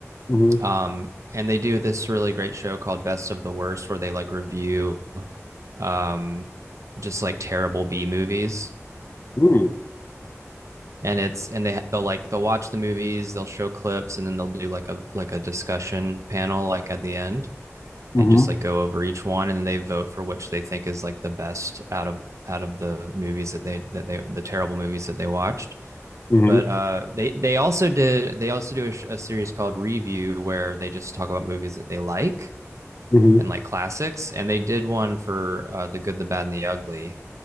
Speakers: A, on the left (about 45°); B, on the right (about 75°).
A: Mm-hmm.
B: Um and they do this really great show called Best of the Worst where they like review um just like terrible B movies.
A: Mm.
B: And it's and they they'll like they'll watch the movies, they'll show clips and then they'll do like a like a discussion panel like at the end.
A: Mm-hmm.
B: and just like go over each one and then they vote for which they think is like the best out of out of the movies that they that they the terrible movies that they watched
A: Mm-hmm.
B: but uh they they also did they also do a, a series called review where they just talk about movies that they like
A: Mm-hmm.
B: and like classics and they did one for uh the good the bad and the ugly